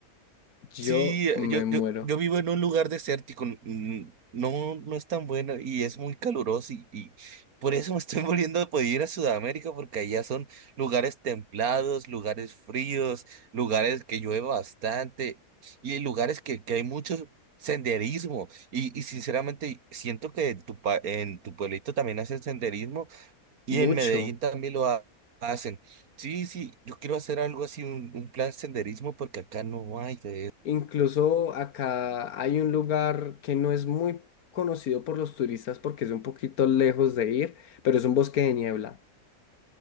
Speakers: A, on the right; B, on the left.
A: Sí,
B: Yo
A: eh,
B: me
A: yo,
B: muero.
A: yo, yo vivo en un lugar desértico, n- no, no es tan bueno y es muy caluroso y, y por eso me estoy <laughs> volviendo a poder ir a Sudamérica porque allá son lugares templados, lugares fríos, lugares que llueve bastante y hay lugares que, que hay mucho senderismo y, y sinceramente siento que en tu, pa- en tu pueblito también hacen senderismo y
B: Mucho.
A: en Medellín también lo ha- hacen. Sí, sí, yo quiero hacer algo así, un, un plan senderismo porque acá no hay de
B: Incluso acá hay un lugar que no es muy conocido por los turistas porque es un poquito lejos de ir, pero es un bosque de niebla.